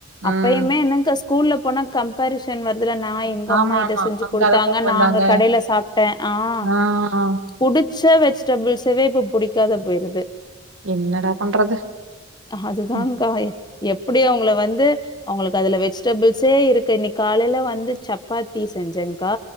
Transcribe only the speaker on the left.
அப்பயுமே என்னக்க ஷ் ஸ்கூல்ல போன கம்பேரிசன் வர் இதுல நா எங்க
அம்மா இத
செஞ்சி
குடுத்தாங்க
நாங்க கடையில சாப்ட்டே ஆஹ்
குடுத் செ வெஜிடபுள் செவேப் புடிக் இருக்காத போருது
அதுதாங்க
இத் எப்டி அவங்கல வந்து அவங்களுகு அதுல வெஜிடபிள்ஸே இருக்கு இன்னைக் காலையில வந்து சப்பாத்தி செஞ்சேங்க்கா